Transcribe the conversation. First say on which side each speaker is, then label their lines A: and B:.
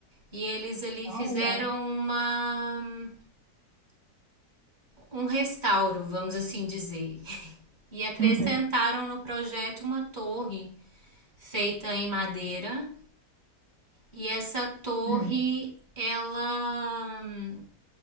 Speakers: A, on the right; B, on the right.
A: e eles ali
B: Ah,
A: fizeram
B: legal.
A: uma um restauro, vamos assim dizer. <laughs> E acrescentaram
B: Uhum.
A: no projeto uma torre feita em madeira. E essa torre,
B: Hum.
A: ela hum,